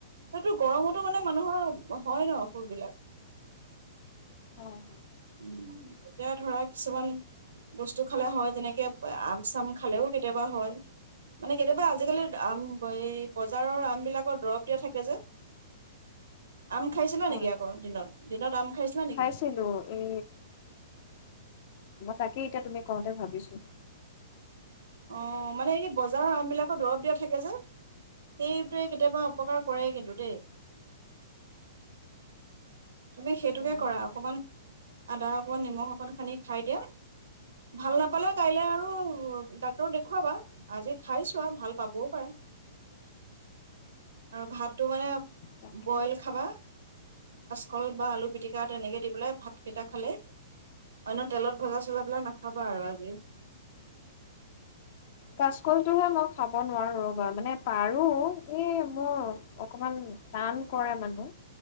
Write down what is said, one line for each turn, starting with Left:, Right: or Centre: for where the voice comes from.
Right: সেইটো গৰমতো মানে মানুহ হয়, ন, সুৰবিলাক
Left: হয়
Right: উম। এতিয়া ধৰা কিছুমান বস্তু খালে হয় তেনেকে আম চাম্ খালেও কেতিয়াবা হয়। মানে কেতিয়াবা অজি কালিৰ বজাৰৰ আম বিলাকত দৰৱ দিয়া থাকে যে আম খাইছিলা
Left: হয়
Right: নেকি আকৌ দিনত দিনত আম খাইছিলা নেকি?
Left: খাইছিলো এ তাকেই এতিয়া তুমি কওঁতে ভাবিছো
Right: অ, মানে এই বজাৰৰ আমবিলাকো দৰৱ দিয়া থাকে যে, সেইটোৱে কেতিয়াবা অপকাৰ কৰে কিন্তু দেই। তুমি সেইটোকে
Left: উম
Right: কৰা অকমান আদা অকমান নিমখ অকন হানি খাই দিয়া, ভাল নাপালে কাইলে আৰু ডাক্তৰক দেখুৱাবা আজি খাইছোৱা ভাল পাবও পাৰা আৰু ভাতটো মানে
Left: তাকে
Right: বইল খাবা। কল বা আলু পিটিকা তেনেকে দি পেলাই ভাতকেইটা খালে অন্য তেলত ভজা চজা বিলাক নাখাবা আৰু আজি।
Left: কাচকলটোহে মই খাব নোৱাৰো ৰ'বা মানে পাৰু এই মোৰ অকমান টান কৰে মানে